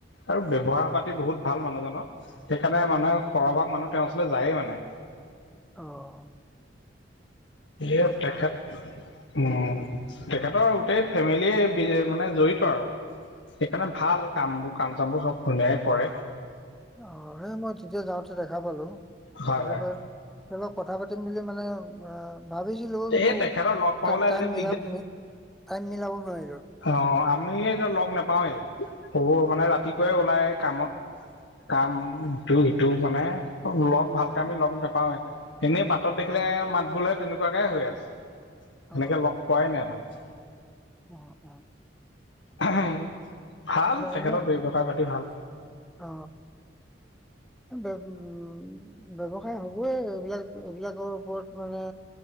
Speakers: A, on the left (about 85°); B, in the centre.
A: আৰু ব্যৱহাৰ পাতি বহুত ভাল মানুহজনৰ। সেইকাৰণে
B: অ',
A: মানে সৰভাগ মানুহ তেওঁৰ ওচলৈ যায়ে মানে।
B: অঁ,
A: এয়া টকা <unintelligible> উম তেখেতৰ গোটেই ফেমিলি মানে জড়িত আৰু। সেইকাৰণে ভাল কাম বোৰ কাম চাম বোৰ চব ধুনীয়াইে কৰে।
B: অ সেই মই তেতিয়া যাওঁতে দেখা পালো
A: হয়
B: দেখা
A: হয়
B: পাই তাৰ পৰা কথা পাতিম বুলি মানে অ ভাবিছিলো কিন্তু
A: এই তেখেতৰ লগ পাবলৈ আজিকালি
B: টাইম মিল টাইম মিলাব নোৱাৰিলো।
A: অঁ আমি এতিয়া লগ নাপাওঁৱেই বহু মানে
B: উম
A: ৰাতিপুৱাই
B: উম
A: ওলাই কামত কাম সিটো মানে লগ
B: উম
A: ভালকে
B: উম
A: আমি লগ নাপাওঁয়েই এনেই বাটত দেখিলে মাত গলে তেনেকুৱাকে হৈ আছে।
B: অ
A: এনেকে লগ পোৱাই নাই ভালকে।
B: অঁ অঁ,,
A: ভাল
B: আচ্ছা
A: তেখেতৰ
B: এনে
A: ব্যৱসায় পাতি ভাল।
B: অ অ উম ব্যৱসায় হবই এইবিলাক এইবিলাকৰ ওপৰত মানে